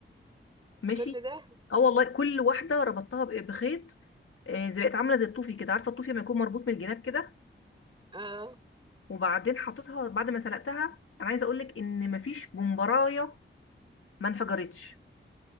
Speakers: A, on the left; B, on the right.
A: ماشي
B: كل ده
A: اه والله كل واحدة ربطتها ب- بخيط آه، زي بقت عاملة زي الطوفي كده عارفة الطوفي لما يكون مربوط من الجناب كده
B: اه
A: وبعدين حطيتها بعد ما سلقتها انا عايزه اقول لك ان مفيش بمبرايه ما انفجرتش